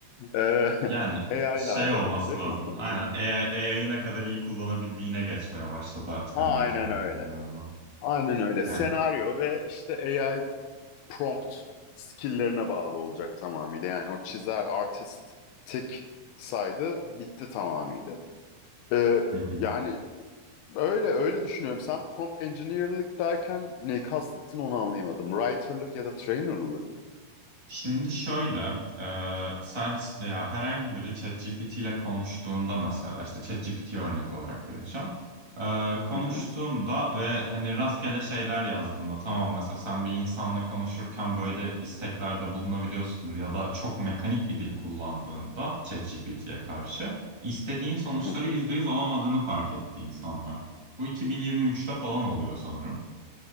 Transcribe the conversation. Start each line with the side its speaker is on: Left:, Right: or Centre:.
Left: Ee, <laughs>
Right: Yani
Left: AI
Right: şey
Left: ile halledilecek
Right: olması lazım.
Left: muhtemelen.
Right: Aynen AI'yi ne kadar iyi kullanabildiğine geçmeye başladı artık
Left: Aynen
Right: animatörlerin
Left: öyle.
Right: galiba.
Left: Aynen öyle. Senaryo
Right: Yani
Left: ve işte AI prompt skill'lerine bağlı olacak tamamıyla. Yani o çizer artistik saydı bitti tamamıyla. Ee,
Right: <laughs>
Left: yani öyle öyle düşünüyorum. Sen prompt engineer'lık derken neyi kastettin onu anlayamadım. Writer'lık ya da trainer'lık mı?
Right: Şimdi şöyle, e, sen ya herhangi biri ChatGPT ile konuştuğunda mesela işte ChatGPT örnek olarak vereceğim. E, konuştuğunda
Left: Hı hı.
Right: ve hani rastgele şeyler yazdığında tamam mesela sen bir insanla konuşurken böyle isteklerde bulunabiliyorsundur ya da çok mekanik bir dil kullandığında ChatGPT'ye karşı istediğin sonuçları
Left: Hı hı.
Right: %100 alamadığını fark etti insanlar. Bu 2023'te falan oluyor sanırım.